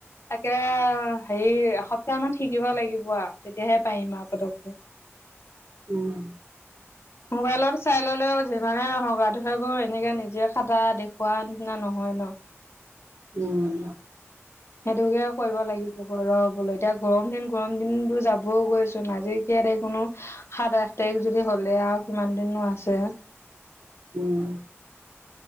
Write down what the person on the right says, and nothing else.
উম,
উম,
উম,